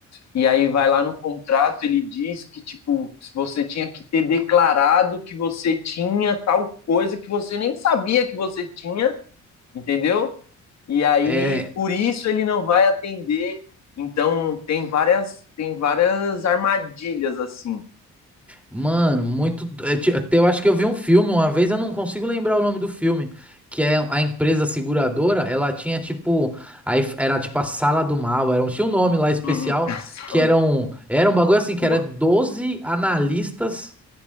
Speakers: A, on the left (about 60°); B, in the centre.
A: e aí vai lá no contrato, ele diz que, tipo, se você tinha que ter declarado que você tinha tal coisa que você nem sabia que você tinha, entendeu? E aí,
B: É,
A: por isso ele não vai atender. Então, tem várias, tem várias armadilhas assim.
B: Mano, muito. é, ti- até Eu acho que eu vi um filme uma vez, eu não consigo lembrar o nome do filme. Que é a empresa seguradora, ela tinha tipo. Aí f- era tipo a sala do mal, era, um- tinha um nome lá especial,
A: Uhum. <laughs> A Sala
B: que eram.
A: de
B: Era um bagulho assim, que
A: porra,
B: era 12 analistas